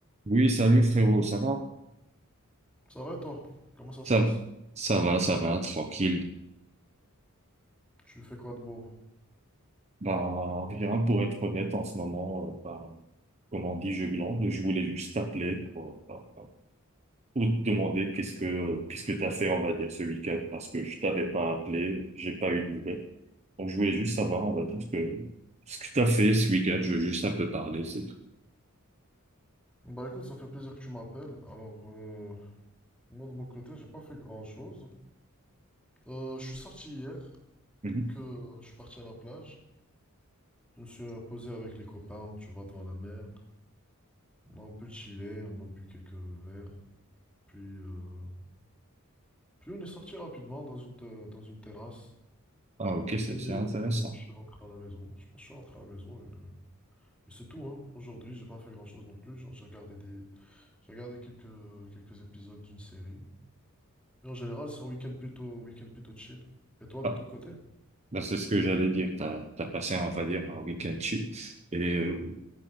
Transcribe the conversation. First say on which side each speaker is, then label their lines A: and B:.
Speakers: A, on the right; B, in the centre.
A: Oui, salut frérot, ça va?
B: Ça va et toi? Comment ça
A: Ça,
B: se passe?
A: ça va, ça va, tranquille.
B: Tu fais quoi de beau?
A: Bah, rien pour être honnête en ce moment, euh, bah, comme on dit, je glande. Je voulais juste t'appeler pour, euh, bah, bah, pour te demander qu'est-ce que qu'est-ce que t'as fait, on va dire, ce week-end, parce que je t'avais pas appelé, j'ai pas eu de nouvelles. Donc je voulais juste savoir, on va dire, ce que. Ce que t'as fait ce week-end, je veux juste un peu parler, c'est tout.
B: Bah écoute, ça fait plaisir que tu m'appelles. Alors, euh, moi de mon côté, j'ai pas fait grand-chose. Euh, je suis sorti hier,
A: Mhm.
B: que je suis parti à la plage. Je me suis euh, posé avec les copains, tu vois, devant la mer. On a un peu chillé, on a bu quelques verres. Puis, euh, puis on est sorti rapidement dans une, te- dans une terrasse.
A: Ah, ok, c'est
B: Et euh,
A: c'est intéressant.
B: je suis rentré à la maison. Je pense que je suis rentré à la maison. Et, euh, et c'est tout, hein. Aujourd'hui, j'ai pas fait grand-chose non plus. Genre, j'ai regardé des, J'ai regardé quelques, quelques épisodes d'une série. Mais en général, c'est un week-end plutôt, week-end plutôt chill. Et toi, de
A: Ah,
B: ton côté?
A: bah, c'est ce que j'allais dire. T'as, t'as passé, on va dire, un week-end chill. Et euh,